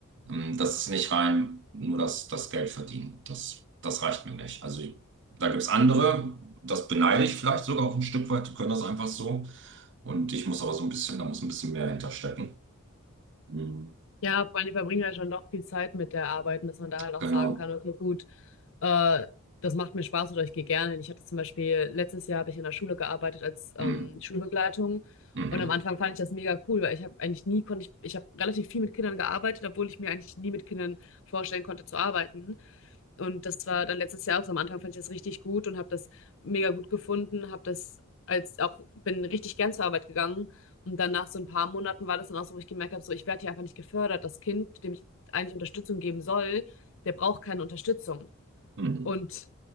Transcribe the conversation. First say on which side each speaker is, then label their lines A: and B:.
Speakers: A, on the right; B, on the left.
A: Ähm, Das ist nicht rein nur das, das Geld verdienen. Das, das reicht mir nicht. Also da gibt es andere, das beneide ich vielleicht sogar auch ein Stück weit, die können das einfach so. Und ich muss aber so ein bisschen, da muss ein bisschen mehr hinterstecken. Mhm.
B: Ja, vor allem die verbringen ja schon doch viel Zeit mit der Arbeit und dass man da halt auch
A: Genau.
B: sagen kann, okay, gut, äh, das macht mir Spaß oder ich gehe gerne. hin. Ich hatte zum Beispiel, letztes Jahr habe ich in der Schule gearbeitet als ähm,
A: Mhm.
B: Schulbegleitung
A: Mhm.
B: und am Anfang fand ich das mega cool, weil ich habe eigentlich nie, konnte ich, ich habe relativ viel mit Kindern gearbeitet, obwohl ich mir eigentlich nie mit Kindern vorstellen konnte zu arbeiten. Und das war dann letztes Jahr auch so. Am Anfang fand ich das richtig gut und habe das mega gut gefunden, habe das als auch, bin richtig gern zur Arbeit gegangen. Und dann nach so ein paar Monaten war das dann auch so, wo ich gemerkt habe, so ich werde hier einfach nicht gefördert. Das Kind, dem ich eigentlich Unterstützung geben soll, der braucht keine Unterstützung.
A: Mhm.
B: Und